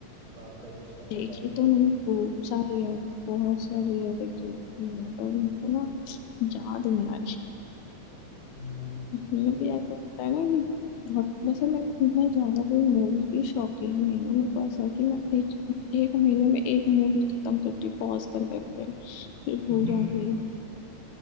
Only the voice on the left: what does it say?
देखी
तो
मैंने खूब सारी है बहुत सारी है देखी मैंने पर मेरे को ना याद नहीं आ रही
मतलब कि ऐसा होता है ना कि बहुत वैसे मैं मैं ज्यादा कोई मूवी की शौकीन नहीं हूँ मेरे को ऐसा है कि मैं एक एक महीने में एक मूवी खत्म करती हूँ पॉज कर करके फिर
भूल जाऊंगी